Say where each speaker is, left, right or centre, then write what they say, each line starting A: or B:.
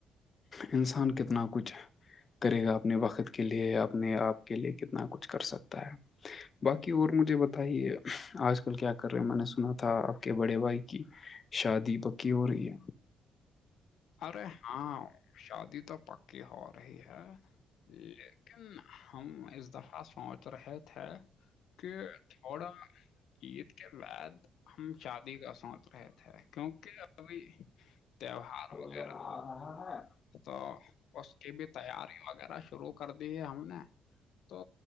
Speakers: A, on the left (about 45°); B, on the left (about 75°).
A: انسان کتنا کچھ ہے کرے گا اپنے وقت کے لیےیا اپنے آپ کے لیے کتنا کچھ کر سکتا ہے باقی اور مجھے بتائیے آج کل کیا کر رہے میں نے سنا تھا تھا آپ کے بڑے بھائی کی شادی پکی ہو رہی ہے
B: ارے ہاں شادی تو پکی ہو رہی ہے لیکن ہم اس دف سوچ رہے تھے کہ تھوڑا عید کے بعد ہم شادی کا سوچ رہے تھے کیونکہ ابھی تہوہار ہوا
A: اں ہاںاں
B: تو اس کی بھی تیاری وغیرہ شروع کر دی ہے ہم نے تو